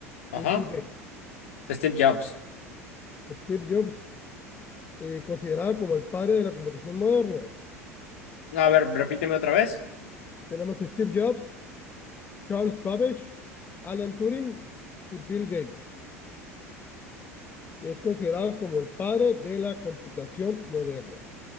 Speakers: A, on the left; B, on the left.
A: Ajá.
B: y Bill Gates.
A: Steve Jobs.
B: Steve Jobs, eh, considerado como el padre de la computación moderna.
A: A ver, repíteme otra vez.
B: Tenemos a Steve Jobs, Charles Babbage, Alan Turing y Bill Gates. Y es considerado como el padre de la computación moderna.